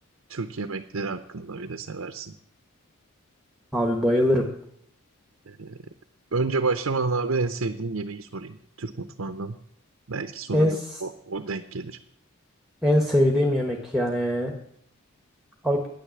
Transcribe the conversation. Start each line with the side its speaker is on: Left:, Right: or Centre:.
Right: Türk yemekleri hakkında bir de seversin.
Centre: Abi bayılırım.
Right: Ee, önce başlamadan abi en sevdiğin yemeği sorayım. Türk mutfağından. Belki sonucu
Centre: En s-
Right: o, o denk gelir.
Centre: en sevdiğim yemek yani abi,